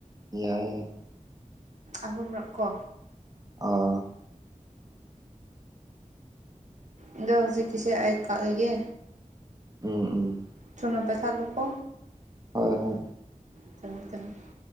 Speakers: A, on the right (about 25°); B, on the right (about 60°).
A: ꯌꯥꯏꯌꯦ
B: ꯑꯍꯨꯝꯔꯛ ꯀꯣ
A: ꯑꯥ
B: ꯑꯗꯣ ꯍꯧꯖꯤꯛꯀꯤꯁꯦ ꯑꯩ ꯀꯛꯑꯦꯒꯦ
A: ꯎꯝ ꯎꯝ
B: ꯊꯨꯅꯥ ꯄꯥꯏꯈꯠꯂꯨꯀꯣ
A: ꯍꯣꯏ ꯍꯣꯏ
B: <unintelligible>